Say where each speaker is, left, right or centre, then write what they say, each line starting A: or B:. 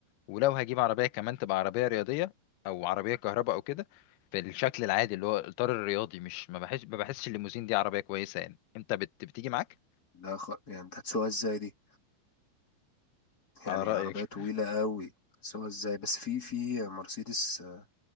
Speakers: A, on the left; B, on the left.
A: ولو هجيب عربيه كمان تبقى عربيه رياضيه او عربيه كهرباء او كده بالشكل العادي اللي هو الاطار الرياضي مش ما بحس ما بحسش الليموزين دي عربيه كويسه يعني انت بت... بتيجي معاك
B: ده خ... يعني انت هتسوقها ازاي دي يعني
A: على رايك
B: عربية طويلة قوي هتسوقها ازاي بس في في مرسيدس آه،